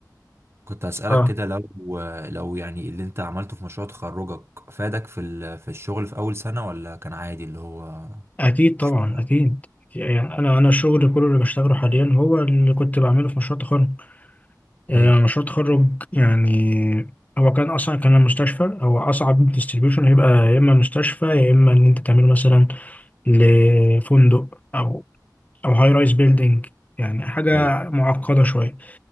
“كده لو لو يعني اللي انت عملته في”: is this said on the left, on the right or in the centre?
Right